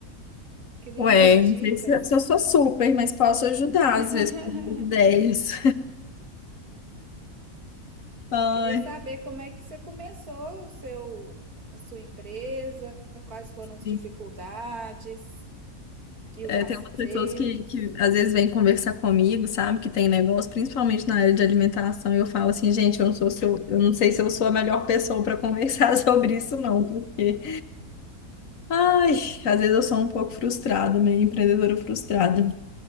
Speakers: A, on the right; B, on the left.
A: Queria
B: Ué,
A: umas dicas.
B: não sei se eu se eu sou super, mas posso ajudar às
A: <laughs>
B: vezes com ideias. <laughs> Ai,
A: Queria saber como é que você começou o seu, a sua empresa, quais foram as
B: sim.
A: dificuldades. E
B: É,
A: os acertos.
B: tem umas pessoas que, que às vezes vêm conversar comigo, sabe? Que tem negócio, principalmente na área de alimentação, e eu falo assim, gente, eu não sou se eu, eu não sei se eu sou a melhor pessoa para conversar <laughs> sobre isso, não, porque ai, às vezes eu sou um pouco frustrada, meio empreendedora frustrada.